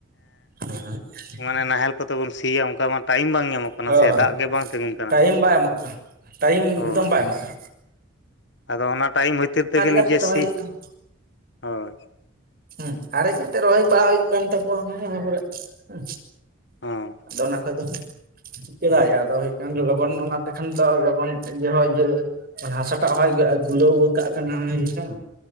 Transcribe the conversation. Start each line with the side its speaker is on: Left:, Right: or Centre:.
Right: <unintelligible>
Left: ᱢᱟᱱᱮ ᱱᱟᱦᱮᱞ ᱠᱚᱛᱮ ᱵᱚᱱ ᱥᱤᱭᱟ ᱚᱱᱠᱟ ᱢᱟ ᱴᱟᱭᱤᱢ ᱵᱟᱝ ᱧᱟᱢᱚᱜ ᱠᱟᱱᱟ
Right: ᱦᱳᱭ
Left: ᱥᱮ ᱫᱟᱜ ᱜᱮ ᱵᱟᱝ ᱛᱤᱜᱩᱱ ᱠᱟᱱᱟ᱾
Right: ᱴᱟᱭᱤᱢ ᱵᱟᱭ ᱮᱢᱚᱜ ᱠᱟ ᱴᱟᱭᱤᱢ
Left: ᱦᱳᱭ
Right: ᱮᱠᱫᱚᱢ ᱵᱟᱭ ᱮᱢᱟᱜᱼᱟ᱾
Left: ᱟᱫᱚ ᱚᱱᱟ ᱴᱟᱭᱤᱢ ᱵᱷᱤᱛᱤᱨ ᱛᱮᱜᱮ ᱱᱤᱡᱮ
Right: ᱠᱟᱛᱮᱜ ᱨᱚᱦᱚᱭ
Left: ᱥᱤ
Right: ᱦᱩᱭᱩᱜ ᱠᱟᱱᱟ
Left: ᱦᱳᱭ ᱾
Right: ᱦᱩᱸ ᱟᱨᱮᱡ ᱟᱛᱮ ᱨᱚᱦᱚᱭ ᱵᱟᱲᱟ ᱦᱩᱭᱩᱜ ᱠᱟᱱ ᱛᱟᱠᱚᱣᱟ ᱚᱱᱮ ᱚᱱᱟ ᱠᱚᱨᱮ ᱦᱮᱸ
Left: ᱦᱚᱸ
Right: ᱟᱫᱚ ᱚᱱᱟ ᱠᱷᱚᱡ ᱫᱚ ᱪᱮᱫᱟᱜᱭᱟ ᱟᱫᱚ ᱦᱩᱭᱩᱜ ᱠᱟᱱᱟ ᱞᱚᱜᱚᱱ ᱚᱱᱟ ᱛᱮᱠᱷᱟᱱ ᱫᱚ ᱞᱚᱜᱚᱱ ᱤᱭᱟᱹ ᱦᱚᱸ ᱤᱭᱟᱹ ᱢᱟᱱᱮ ᱦᱟᱥᱟᱴᱟᱜ ᱦᱚᱭ ᱜᱩᱞᱟᱹᱣ ᱠᱟᱜ ᱠᱟᱱᱟ ᱵᱷᱟᱜᱤ ᱞᱮᱠᱟ